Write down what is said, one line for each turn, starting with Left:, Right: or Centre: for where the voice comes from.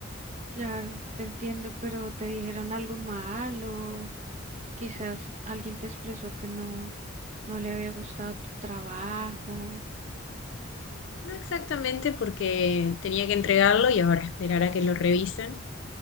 Right: Claro, te entiendo, pero te dijeron algo malo. Quizás alguien te expresó que no, no le había gustado tu trabajo.
Left: No exactamente porque tenía que entregarlo y ahora esperar a que lo revisen,